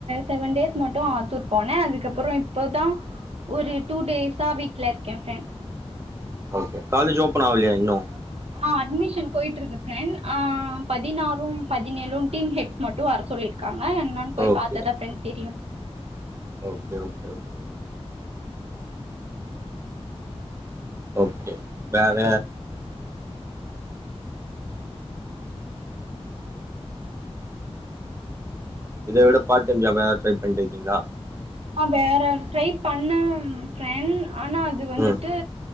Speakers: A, on the right; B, on the right.
A: செவன் டேஸ் மட்டு ஆத்தூர் போனே அதுக்கப்புறோ இப்பதா ஒரு டூ டேஸா வீட்ல இருக்கே ஃப்ரெண்
B: ஓகே காலேஜ் ஓப்பன் ஆவலயா இன்னு
A: ஆ அட்மிஷன் போய்ட்ருக்கு ஃப்ரெண் ஆ பதினாறு பதினேழு டீம் ஹெட்ஸ் மட்டு வர சொல்லிர் க்காங்க என்னன் போய்
B: ஓகே
A: பாத்தாதா ஃபிரெண் தெரியு
B: okay okay okay okay okay வேற இத விட பாட் டைம் ஜாப் எதாது ட்ரை பண்ட்டிருக்கீங்ளா
A: ஆ வேற ட்ரை பண்ண ஃப்ரெண் ஆனா அது வந்துட்டு
B: ம்